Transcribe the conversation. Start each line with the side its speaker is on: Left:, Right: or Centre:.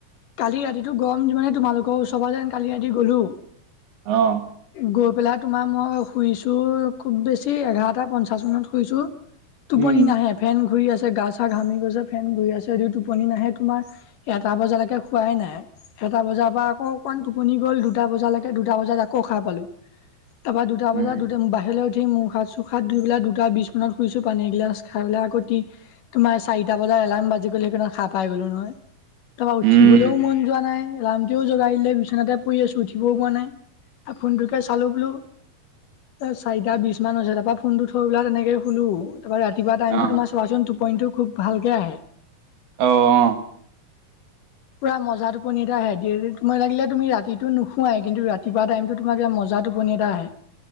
Left: কালি ৰাতিটো গৰম যিমানহে তোমালোকৰ ওচৰ ফালে এনে কালি ৰাতি গ'লো
Right: অহ
Left: গৈ পেলাই তোমাৰ মই শুইছো খুব বেছি এঘাৰটা পঞ্চাশ মানত শুইছো। টোপনি
Right: উম।
Left: নাহে ফেন ঘূৰি আছ। গা চা ঘামি গৈছে ফেন ঘূৰি আছে যদিও টোপনি নাহে তোমাৰ এটা বজালেকে। শুৱাই নাই এটা বজাৰ পৰা আকৌ অকণমান টোপনি গ'ল দুটা বজালেকে দুটা বজাত আকৌ সাৰ পালোঁ। তাপা দুটা
Right: উম
Left: বজাত দুটা বাহিৰলৈ উঠ মু হাত চু হাত ধুই পেলাই দুটা বিছ মানত শুইছো পানী এগিলাছ খাই পেলাই আকৌ তি তোমাৰ চাৰিটা বজাত। এলাম বাজি গ'লে সেইকাৰণ সাহ পাই গলো নহয় তাপা উঠিবলৈও
Right: উম
Left: মন যোৱা নাই। এলাৰ্মটোৱেও জোগাই দিলে বিচনাতে পৰি আছোঁ উঠিবও পৰা নাই আ ফোনটোকে চালোঁ বোলো। ত চাৰিটা বিছ মান হৈছে তাপা ফোনটো থৈ পেলাই তেনেকে শুলো। তাপা ৰাতিপুৱা টাইমটো
Right: অ
Left: তোমাৰ চাবাচোন টোপনিটো খুব ভালকে আহে।
Right: অ অ
Left: পুৰা মজা টোপনি এটা আহে ডেলি তোমাৰ লাগিলে তুমি ৰাতিটো নুশুৱাই কিন্তু ৰাতিপুৱা টাইমতো তোমাৰ যে মজা। জা টোপনি এটা আহে।